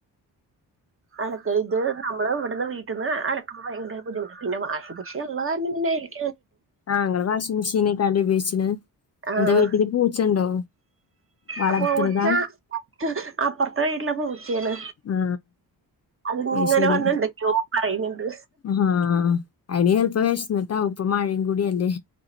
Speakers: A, on the right (about 30°); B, on the left (about 40°).
A: അലക്കൾ ഇത് നമ്മള് ഇവിടുന്ന് വീട്ടിൽ നിന്ന് അലക്കുമ്പോ ഭയങ്കര ബുദ്ധിമുട്ട് പിന്നെ വാഷിംഗിമെഷീൻ ഉള്ള കാരണം തന്നെയായിരിക്കും
B: ആഹ് നിങ്ങൾ വാഷിംഗ് മെഷീനെ ഉപയോഗിച്ചന്ന്
A: ആഹ്
B: എന്റെ വീട്ടില് പൂച്ചുണ്ടോ വളർത്തണതാ
A: ആ പൂച്ച <unintelligible> അപ്പുറത്തെ വീട്ടില പൂച്ചാണ്
B: ആ
A: അതിങ്ങനെ
B: അത് ശരി
A: വന്നണ്ടൊക്കെയോ പറയുന്നുണ്ട്
B: ആ അയിന് ചിലപ്പോ വിശന്നിട്ടാവും ഇപ്പ മഴയും കൂടിയല്ലേ